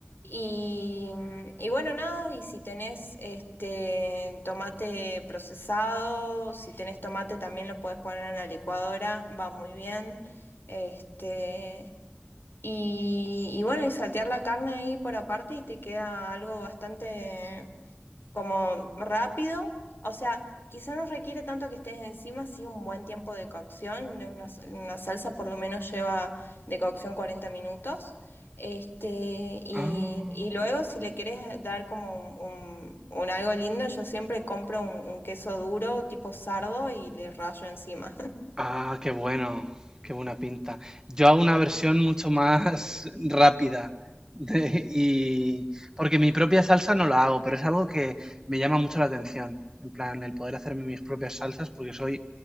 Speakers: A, on the left; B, on the right.
A: Y, y bueno, nada, y si tenés este tomate procesado, si tenés tomate también lo podés poner en la licuadora, va muy bien. Este, y, y bueno, y saltear la carne ahí por aparte y te queda algo bastante como rápido, o sea, quizá no requiere tanto que estés encima, sí un buen tiempo de cocción, de una, una salsa por lo menos lleva de cocción 40 minutos, este, y,
B: Ah.
A: y luego si le querés dar como un, un- un algo lindo, yo siempre compro un, un queso duro tipo sardo y le rayo encima.
B: Ah, qué bueno, qué buena pinta. Yo hago una versión mucho más <laughs> rápida de- y porque mi propia salsa no la hago, pero es algo que me llama mucho la atención. En plan, el poder hacerme mis propias salsas, porque soy